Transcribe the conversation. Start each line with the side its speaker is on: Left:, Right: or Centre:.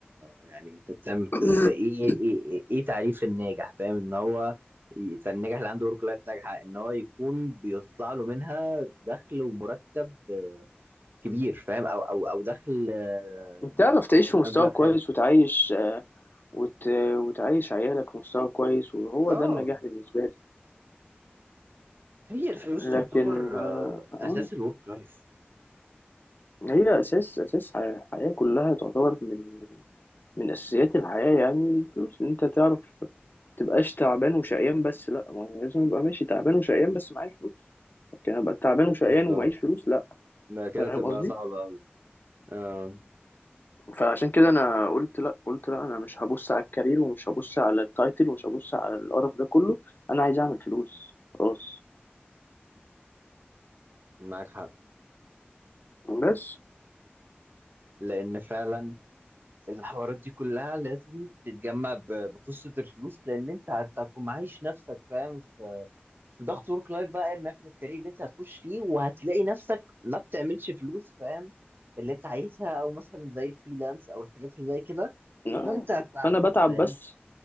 Right: يعني انت بتعمل كل
Left: <coughs>
Right: ده ايه ايه ايه, إيه, إيه تعريف الناجح فاهم ان هو ي- الناجح اللي عنده ورك لايف ناجحة ان هو يكون بيطلع له منها دخل ومرتب آه، كبير فاهم او او او دخل آه،
Left: <clears throat> انت تعرف تعيش
Right: يعني
Left: في
Right: بمبلغ
Left: مستوى كويس
Right: حلو
Left: وتعيش آه، وت... وتعيش عيالك في مستوى كويس وهو
Right: اه
Left: ده النجاح بالنسبه لي
Right: هي الفلوس
Left: لكن
Right: تعتبر
Left: آه،
Right: آه،
Left: آه،
Right: اساس الورك لايف
Left: هي اساس اساس ح- الحياه كلها تعتبر من من اساسيات الحياه يعني الفلوس إن انت تعرف تبقاش تعبان وشقيان بس لا ما أنا لازم ابقى ماشي تعبان وشقيان بس معايا فلوس لكن ابقى تعبان وشقيان
Right: بالظبط
Left: ومعيش فلوس لا
Right: لا كده
Left: فاهم
Right: تبقى
Left: قصدي
Right: صعبة أوي آه
Left: فعشان كده انا قلت لا قلت لا انا مش هبص على الكارير ومش هبص على التايتل ومش هبص على القرف ده كله انا عايز اعمل فلوس خلاص
Right: معاك حق
Left: بس
Right: لان فعلا الحوارات دي كلها لازم تتجمع ب- بقصه الفلوس لان انت هتكون معايش نفسك فاهم في في ضغط ورك لايف بقى ايا ما يكون الكارير اللي انت هتخش فيه وهتلاقي نفسك ما بتعملش فلوس فاهم اللي انت عايزها او مثلا زي الفريلانس او الحاجات اللي زي كده
Left: لا
Right: فانت هت-
Left: فانا بتعب
Right: فاهم
Left: بس